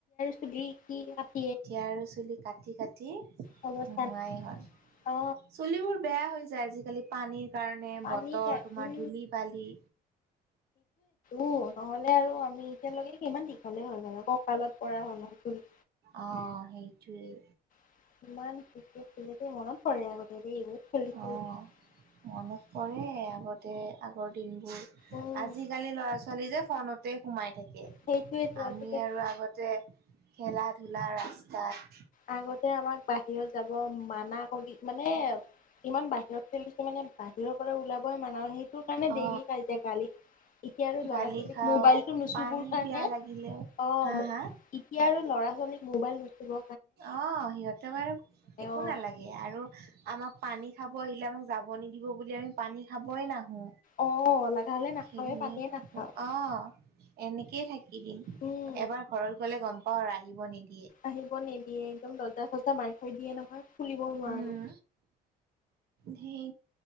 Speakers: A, on the left; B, on the right.
A: <unintelligible>
B: এতিয়া আৰু চুলি কাটি কাটি নোহোৱাই
A: অৱস্থা
B: হ'ল।
A: অ
B: চুলিবোৰ বেয়া হৈ যায় আজি কালি পানীৰ কাৰণে,
A: পানী
B: বতৰ
A: খাই
B: তোমাৰ
A: উম
B: ধূলি বালি।
A: উ নহ'লে আৰু আমি এতিয়ালৈকে কিমান দীঘলে হ'ল মানে ককালত পৰা হ'লে হয়।
B: অহঁ সেইটোৱেই।
A: ইমান মনত পৰে আৰু আগতে
B: অ
A: বহুত খেলিছিলো।
B: মনত পৰে আগতে আগৰ দিনবোৰ,
A: উম
B: আজিকালি ল'ৰা ছোৱালী যে ফোনতে সোমাই থাকে।
A: সেইটোয়েতো
B: আমি
A: আজিকালি
B: আৰু আগতে খেলা ধূলা ৰাস্তাত
A: আগতে আমাক বাহিৰত যাব মানা কৰি মানে কিমান বাহিৰত খেলিছো মানে বাহিৰৰ পৰা ওলাব ই মানা সেইটো কাৰণে ডেইলি
B: অ
A: কাজিয়া গালি এতিয়া আৰু
B: গালি
A: ল'ৰা ছোৱালীক
B: খাওঁ
A: মোবাইলটো নুচুবৰ
B: পানী
A: কাৰণে
B: পিয়াহ লাগিলেও
A: অ
B: হা হা
A: এতিয়া আৰু ল'ৰা ছোৱালীক মোবাইল নুচুব
B: অ সিহঁতক আৰু একো
A: অ
B: নালাগে আৰু আমাক পানী খাব আহিলে, আমাক যাব নিদিব বুলি আমি পানী খাবই নাহো।
A: অ', লাগাহ'লে নাখাওৱে
B: খেলিয়ে
A: পানীয়ে
B: থাকো,
A: নাখাওঁ
B: অঁ এনেকে থাকি দিম।
A: উম,
B: এবাৰ ঘৰত গলে গম পাওঁ আৰু আহিব নিদিয়ে।
A: আহিব নিদিয়ে। একদম দৰজা চৰজা মাৰি থৈ দিয়ে নহয়। খুলিবও নোৱাৰো
B: উম, সেই